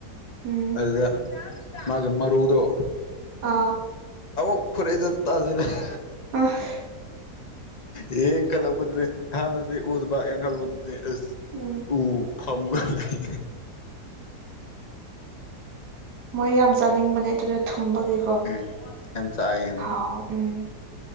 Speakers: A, on the right; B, on the left.
A: ꯎꯝ
B: ꯑꯗꯨꯗ ꯃꯥꯒꯤ ꯃꯔꯨꯗꯣ
A: ꯑꯥ
B: ꯑꯃꯨꯛ ꯐꯔꯩꯖꯠ ꯇꯖꯤꯜꯂ ꯫
A: ꯑꯍꯥ
B: ꯌꯦꯡ ꯈꯜꯂꯛꯄꯗꯨꯗꯤ ꯍꯥꯟꯕꯗꯨꯗꯤ ꯎꯗꯨꯕꯡ ꯈꯜꯂꯛꯄꯗꯨꯗꯤ ꯑ
A: ꯎꯝ
B: ꯎ ꯐꯝꯒ ꯂꯩ꯫
A: ꯃꯣꯏ ꯌꯥꯝ ꯆꯥꯅꯤꯡꯕꯅꯦ ꯑꯗꯨꯗ ꯊꯨꯝꯕꯒꯤ꯫
B: ꯎꯝ ꯌꯥꯝ ꯆꯥꯏꯌꯦ꯫
A: ꯎꯝ